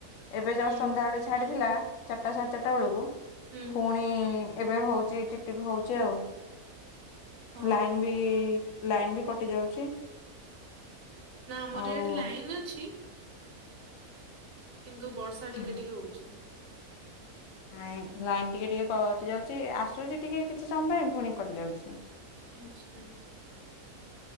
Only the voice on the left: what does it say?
ଏବେ ଜଷ୍ଟ
ସନ୍ଧ୍ୟାବେଳେ ଛାଡିଥିଲା ଚାରଟା ସାଢେ ଚାରଟା ବେଳକୁ
ଫୁଣି ଏବେ ହୋଉଚି ଟିପଟିପ ହୋଉଚି ଆଉ
ଲାଇନ୍ ବି ଲାଇନ୍ ବି କ କଟି ଯାଉଚି
ଆଉ
ଅଛି?
ନାଇଁ ଲାଇନ ଟିକେ ଟିକେ କଟିଯାଉଚି ଆସୁଚି ଟିକେ କିଛି ସମୟ ପାଇଁ ଫୁଣି କଟିଯାଉଚି।